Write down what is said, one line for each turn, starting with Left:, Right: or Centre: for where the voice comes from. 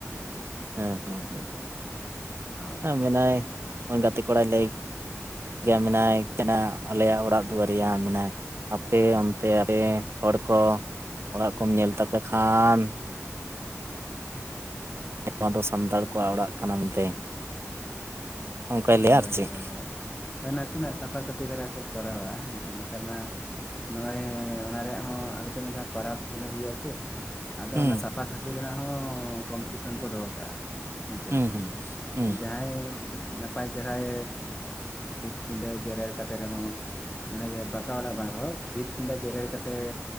Right: ᱦᱮᱸ ᱦᱮᱸ
Left: ᱦᱳᱭ
Right: ᱦᱸᱮᱸ ᱢᱮᱱᱟᱭᱜᱼᱚᱭ ᱜᱟᱛᱮ ᱠᱚᱲᱟᱭ ᱞᱟᱹᱭ ᱜᱮ ᱪᱮᱱᱱᱟᱭ ᱠᱟᱱᱟ ᱟᱞᱮᱭᱟᱜ ᱚᱲᱟᱜ ᱫᱩᱣᱟᱹᱨ ᱨᱮᱭᱟᱜ ᱢᱮᱱᱟᱭ᱾ ᱦᱟᱯᱮ ᱚᱱᱛᱮ ᱟᱯᱮ ᱠᱚ ᱚᱲᱟᱜ ᱠᱚᱢ ᱧᱮᱞ ᱛᱟᱯᱮ ᱠᱷᱟᱱ? ᱱᱚᱣᱟ ᱫᱚ ᱥᱟᱱᱛᱟᱲ ᱠᱚᱣᱟᱜ ᱚᱲᱟᱜ ᱠᱟᱱᱟ ᱢᱮᱱᱛᱮ᱾ ᱚᱱᱠᱟᱭ ᱞᱟᱹᱭᱟ
Left: ᱦᱳᱭ
Right: ᱟᱨ ᱪᱮᱫ
Left: ᱦᱳᱭ ᱦᱳᱭ ᱱᱟᱥᱮᱱᱟᱜ ᱥᱟᱯᱷᱟ ᱥᱟᱹᱯᱷᱤ ᱫᱷᱟᱨᱟ ᱠᱚ ᱠᱚᱨᱟᱣᱟ ᱦᱮᱸ ᱪᱮ ᱱᱮᱛᱟᱨ ᱢᱟ᱾ ᱱᱚᱜᱼᱚᱭ ᱚᱱᱟ ᱨᱮᱭᱟᱜ ᱦᱚ ᱟᱞᱮ ᱥᱮᱫ ᱢᱟ ᱡᱟᱦᱟᱸ ᱯᱟᱨᱟᱵᱽ ᱯᱩᱱᱟᱹᱭ ᱦᱩᱭᱩᱜ ᱟ ᱪᱮ᱾ ᱟᱫᱚ
Right: ᱦᱩᱸ
Left: ᱚᱱᱟ ᱥᱟᱯᱷᱟ ᱥᱟᱹᱯᱷᱤ ᱨᱮᱱᱟᱜ ᱦᱚᱸ ᱠᱚᱢᱯᱤᱴᱤᱥᱚᱱ ᱠᱚ ᱫᱚᱦᱚ ᱠᱟᱜᱼᱟ᱾ ᱦᱮ ᱪᱮ
Right: ᱦᱩᱸ ᱦᱩᱸ ᱦᱩᱸ
Left: ᱡᱟᱦᱟᱭ᱾ ᱱᱟᱯᱟᱭ ᱪᱮᱦᱟᱭ ᱵᱷᱤᱛ ᱯᱤᱰᱟᱹ ᱡᱮᱨᱮᱲ ᱠᱟᱛᱮ ᱨᱮᱦᱚᱸ, ᱢᱟᱱᱮ ᱯᱟᱠᱟ ᱚᱲᱟ ᱵᱟᱝ ᱨᱮᱦ ᱵᱷᱤᱛ ᱯᱤᱰᱟ ᱡᱮᱨᱮᱲ ᱠᱟᱛᱮ,